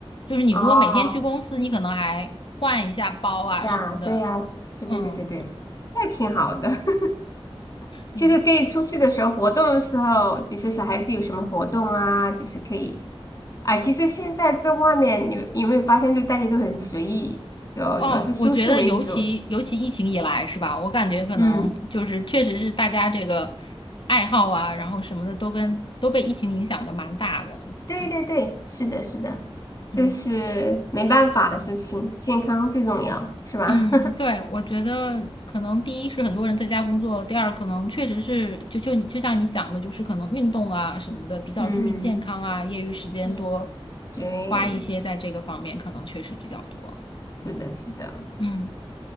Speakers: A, on the left; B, on the left.
A: 就是你如果每天去公司，
B: 哦，
A: 你可能还换一下包啊什么的，
B: 呀，对呀，对对对对对，
A: 嗯
B: 那挺好的。<laughs>
A: 嗯。
B: 其实可以出去的时候，活动的时候，比如说小孩子有什么活动啊，就是可以。啊。其实现在在外面，你有没有发现，就大家都很随意，就主要是舒适为主。
A: 哦，我觉得尤其尤其疫情以来是吧？我感觉可能就是确实是大家这个
B: 嗯，
A: 爱好啊，然后什么的都跟都被疫情影响的蛮大的。对，
B: 对对对，是的，是的，
A: 嗯
B: 这是没办法的事情，健康最重要，是吧？
A: 嗯，对，我觉得可能第一是很多人在家工作，第二可能确实是就就就像你讲的，就是可能运动啊什么的比较注意健康啊，
B: <laughs> 嗯，
A: 业余时间多
B: 对对，
A: 花一些在这个方面，可能确实比较多。
B: 是的，
A: 嗯
B: 是的。
A: 嗯。